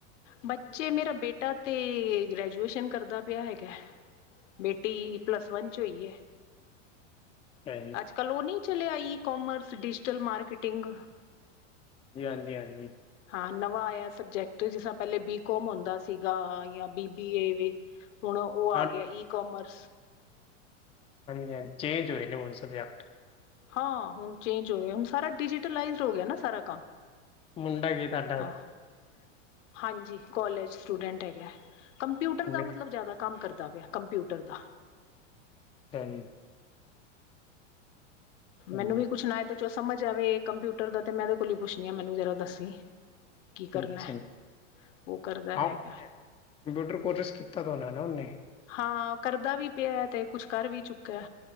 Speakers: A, on the left; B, on the left.
A: ਬੱਚੇ ਮੇਰਾ ਬੇਟਾ ਤੇ ਗ੍ਰੈਜੂਏਸ਼ਨ ਕਰਦਾ ਪਿਆ ਹੈਗਾ। ਬੇਟੀ ਪਲੱਸ ਵਨ 'ਚ ਹੋਈ ਏ।
B: ਹਾਂਜੀ
A: ਅੱਜ ਕੱਲ੍ਹ ਉਹ ਨਹੀਂ ਚਲਿਆ ਈ ਕਾਮਰਸ ਡਿਜੀਟਲ ਮਾਰਕੀਟਿੰਗ
B: ਜੀ ਹਾਂਜੀ ਹਾਂਜੀ।
A: ਹਾਂ ਨਵਾਂ ਆਇਆ ਸਬਜੈਕਟ ਜਿਸ ਤਰ ਪਹਿਲੇ ਬੀਕਮ ਹੁੰਦਾ ਸੀਗਾ ਜਾਂ ਬੀਬੀ ਏ ਵ ਹੁਣ ਉਹ
B: ਹਾਂ
A: ਆ ਗਿਆ ਈ ਕੋਮਰਸ।
B: <inaudible> ਚੇਂਜ ਹੋਏ ਨੇ ਹੂੰ ਹੁਣ ਸਬਜੈਕਟ
A: ਹਾਂ ਹੁਣ ਚੇਂਜ ਹੋ ਗਿਆ ਹੁਣ ਸਾਰਾ ਡਿਜੀਟਈਜ਼ ਹੋ ਗਿਆ ਨਾ ਸਾਰਾ ਕੰਮ
B: ਮੁੰਡਗ ਦਾ <inaudible>
A: ਹਾਂ ਹਾਂਜੀ ਕੋਲੇਜ ਸਟੂਡੈਂਟ ਹੈਗਾ ਕੰਪਿਊਟਰ
B: ਮੈਂ-
A: ਦਾ ਮਤਲਬ ਜ਼ਿਆਦਾ ਕੰਮ ਕਰਦਾ ਪਿਆ ਕੰਪਿਊਟਰ ਦਾ।
B: ਅਛਾ ਜੀ। ਹੂੰ
A: ਮੈਨੂੰ ਵੀ ਕੁੱਛ ਨਾ ਤੇ ਜੋ ਸਮਝ ਆਵੇ ਕੰਪਿਊਟਰ ਦਾ ਤੇ ਮੈਂ ਉਹਦੇ ਕੋਲ ਹੀ ਪੁੱਛਣੀ ਹਾਂ ਮੈਨੂੰ ਜਰਾ ਦੱਸੀ। ਕੀ ਕਰਨਾ
B: ਅੱਛਾ ਜੀ।
A: ਉਹ ਕਰਦਾ ਹੈਗਾ।
B: ਹਾਂ ਕੰਪਿਊਟਰ ਕੋਰਸਿਸ ਕੀਤਾ ਤਾਂ ਉਹਨਾਂ ਨਾ ਉਹਨੇ
A: ਹਾਂ ਕਰਦਾ ਵੀ ਪਿਆ ਤੇ ਕੁਛ ਕਰ ਵੀ ਚੁੱਕਾ